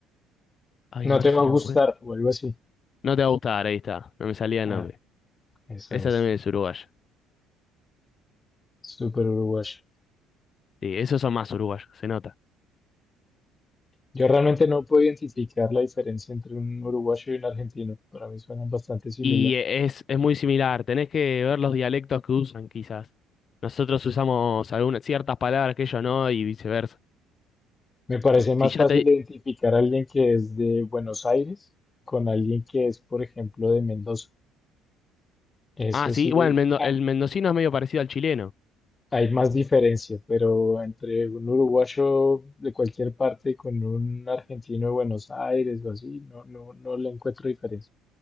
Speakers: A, on the left; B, on the left.
A: Ay,
B: No
A: a ver
B: te
A: si
B: va a
A: la encuentro.
B: gustar o algo así.
A: No te va a gustar, ahí está. No me salía el
B: Ah,
A: nombre.
B: esa
A: Esa
B: es.
A: también es uruguaya.
B: Súper uruguayo.
A: Sí, esos son más uruguayos, se nota.
B: Yo realmente no puedo identificar la diferencia entre un uruguayo y un argentino. Para mí suenan bastante similar.
A: Y es, es muy similar. Tenés que ver los dialectos que usan, quizás. Nosotros usamos algunas ciertas palabras que ellos no y viceversa.
B: Me parece más
A: Si ya
B: fácil
A: te...
B: identificar a alguien que es de Buenos Aires con alguien que es, por ejemplo, de Mendoza. Eso
A: Ah, sí.
B: sí,
A: Bueno, el, mendo-
B: ah,
A: el mendocino es medio parecido al chileno.
B: Hay más diferencia, pero entre un uruguayo de cualquier parte con un argentino de Buenos Aires o así, no, no, no le encuentro diferencia.